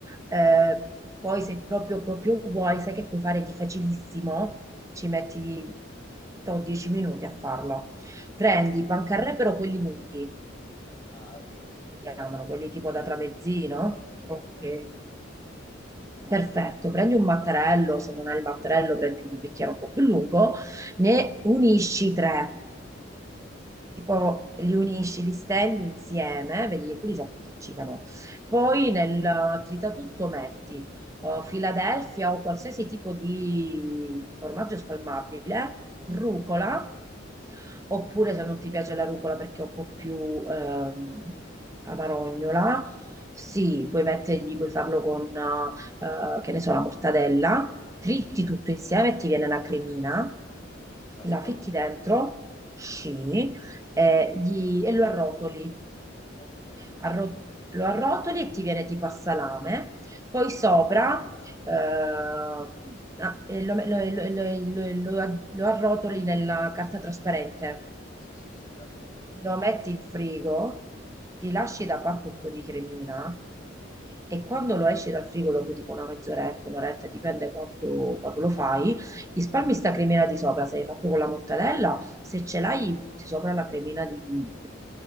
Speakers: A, on the right; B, on the left.
A: Eh,
B: Ok.
A: poi se proprio, proprio vuoi, sai che puoi fare di facilissimo, ci
B: Mm.
A: metti to, 10 minuti a farlo. Prendi i pancarré, però quelli lunghi,
B: Ah, ok, sì, sì, ce
A: chiamano,
B: l'ho pure
A: quelli
B: già,
A: tipo
B: ce l'ho.
A: da tramezzino.
B: No, no, ma ce
A: Ok.
B: l'ho pure a casa.
A: Perfetto, prendi un mattarello, se non hai il mattarello prendi un bicchiere un po' più lungo, ne unisci tre.
B: Ok.
A: tipo li unisci, li stendi insieme, vedi che quelli si appiccicano.
B: Sì, sì,
A: Poi nel eh, tritatutto metti eh, Philadelphia o qualsiasi tipo di formaggio spalmabile, rucola, oppure se non ti piace la rucola perché è un po' più ehm, amarognola,
B: amaretta.
A: sì, puoi mettergli, puoi farlo con, eh, eh, che ne so, la mortadella, triti
B: Ok.
A: tutto insieme e ti viene la cremina,
B: La
A: la
B: spalmo
A: fitti
B: sopra?
A: dentro, sì, eh, gli- e lo arrotoli.
B: Ok.
A: Arro- lo arrotoli e ti viene tipo a salame. Poi sopra ehm, ah, e lo, lo- lo- lo- lo- lo arrotoli nella carta trasparente.
B: Sì, sì, sì, ho capito come...
A: Lo metti in frigo, ti lasci da parte un po' di cremina e quando lo esci dal frigo dopo tipo una mezz'oretta, un'oretta, dipende
B: eh.
A: quanto, quando lo fai, risparmi sta cremina di sopra, se l'hai fatto con la mortadella, se ce l'hai butti sopra la cremina di,